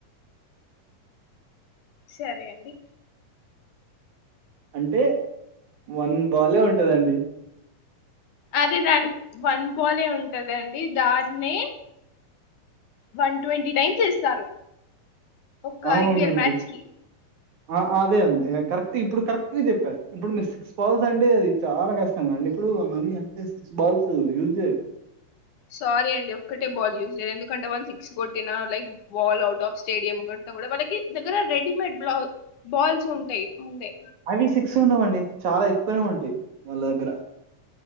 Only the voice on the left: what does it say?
సరే అండి
అదే దాని వన్ బాలే ఉంటదండి దాన్నే వన్ ట్వంటీ టైమ్స్ వేస్తారు ఒక్క
ఐపిఎల్ మ్యాచ్ కి
సారీ అడి ఒక్కటే బాల్ యూస్ ఎందుకంటే వాళ్ళు సిక్స్ కొట్టిన like ball out of stadium కొట్టినా కూడా వాళ్ళకి దగ్గర రెడిమేడ్ బ్లాక్ బాల్స్ ఉంటాయ్ ముందే